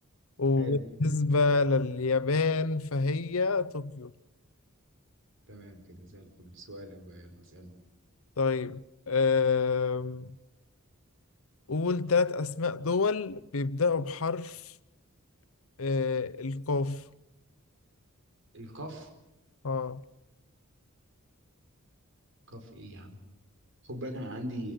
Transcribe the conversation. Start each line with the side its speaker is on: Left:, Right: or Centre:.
Left: وبالنسبه
Right: حلو
Left: لليابان فهي طوكيو
Right: تمام كده زي الفل سؤالك بقى يلا اسالني
Left: طيب آم، قول ثلاث اسماء دول بيبداوا بحرف آه، القاف
Right: القاف
Left: اه
Right: قاف ايه يا عم خد بالك انا عندي